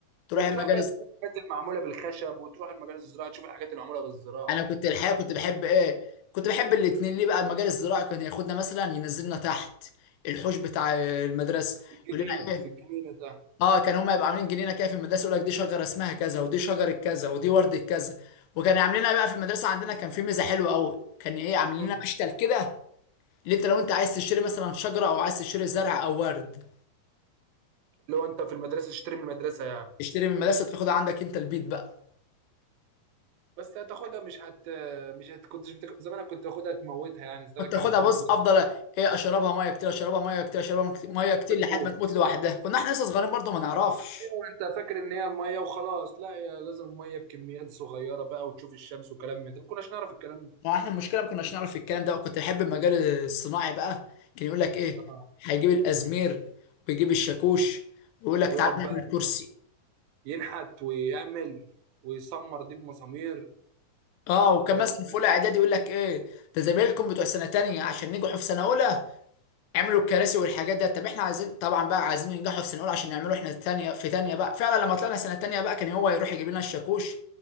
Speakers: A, on the left; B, on the right.
A: تروح
B: وتروح
A: المجال
B: بقى
A: الز...
B: تشوف الحاجات المعموله بالخشب وتروح المجال الزراعي تشوف الحاجات المعموله بالزراعه
A: انا كنت الحقيقه كنت بحب ايه كنت بحب الاتنين ليه بقى المجال الزراعي كان ياخدنا مثلا ينزلنا تحت الحوش بتاع المدرسه
B: في الجنينة
A: يقول لنا ايه
B: في الجنينة تحت
A: اه كان هما يبقوا عاملين جنينه كده في المدرسه يقول لك دي شجره اسمها كذا ودي شجره كذا ودي ورده كذا وكان عاملينها بقى في المدرسه عندنا كان في ميزه حلوه قوي كان ايه عاملين
B: مم.
A: لنا مشتل كده اللي انت لو انت عايز تشتري مثلا شجره او عايز تشتري زرع او ورد
B: اللي هو انت في المدرسة تشتري من المدرسة يعني
A: تشتري من المدرسه تاخدها عندك انت البيت بقى
B: بس هتاخدها مش هت مش هت كنتش بتك... زمان أنا كنت باخدها تموتها يعني الزلمه
A: كنت
B: كانت
A: تاخدها
B: بتموت
A: بص
B: منها
A: افضل ايه اشربها ميه كتير اشربها ميه كتير اشربها ميه كتير
B: بتموت
A: لحد ما تموت لوحدها كنا احنا لسه صغيرين برضه ما نعرفش
B: انت فاكر ان هي الميه وخلاص لا هي لازم ميه بكميات صغيره بقى وتشوف الشمس وكلام من ده ما كناش نعرف الكلام ده
A: ما احنا المشكله ما كناش نعرف الكلام ده وكنت بحب المجال الصناعي بقى كان يقول لك ايه
B: آه.
A: هيجيب الازمير ويجيب الشاكوش ويقول لك
B: ويقعد
A: تعالى نعمل
B: بقى
A: كرسي
B: ينحت ويعمل ويسمر دي بمسامير
A: اه وكان
B: ولو
A: مثلا
B: عملت
A: في اولى اعدادي
B: انت
A: يقول لك ايه ده زمايلكم بتوع سنه تانية عشان نجحوا في سنه اولى عملوا الكراسي والحاجات ده طب احنا عايزين طبعا بقى عايزين ينجحوا في سنه اولى عشان نعمله احنا الثانيه في ثانيه بقى فعلا لما طلعنا سنه ثانيه بقى كان هو يروح يجيب لنا الشاكوش